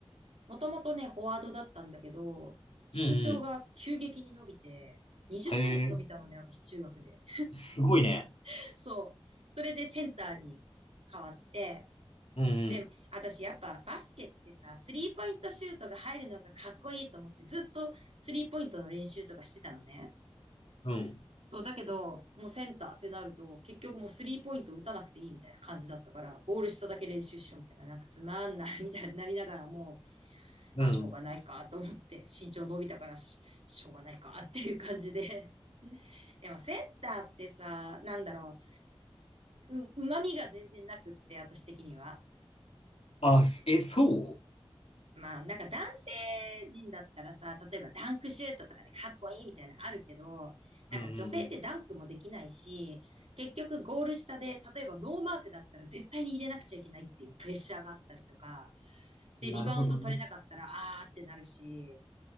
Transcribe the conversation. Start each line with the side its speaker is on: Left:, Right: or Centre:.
Right: もともとね、フォワードだったんだけど、身長が急激に伸びて、
Left: うんうん。
Right: 20センチ伸びたのね、
Left: へえ、
Right: 私中学で。
Left: すごいね。
Right: <laughs> そう。それでセンターに変わって、
Left: うん
Right: で、私やっぱバスケってさ、スリーポイントシュートが入るのがかっこいいと思って、ずっとスリーポイントの練習とかしてたのね。
Left: うん、うん、
Right: そう、だけど、もうセンターってなると、結局もうスリーポイント打たなくていいみたいな感じだったから、ゴール下だけ練習しろみたいな、なんかつまんないみたいになりながらもう、
Left: うん。
Right: まあしょうがないかと思って、身長伸びたからし、しょうがないかっていう感じで。<laughs> でもセンターってさ、なんだろう、う、旨味が全然なくって、私的には。
Left: あ、すえ、そ
Right: まあ、なんか男性陣だったらさ、例えばダンクシュートとかでかっこいいみたいなのあるけど、なんか女性ってダンクもできないし、
Left: うんうん
Right: 結局ゴール下で、例えばノーマークだったら絶対に入れなくちゃいけないっていうプレッシャーがあったりとか、で、
Left: うなるほどね。
Right: リバウンド取れなかったら、あーってなるし、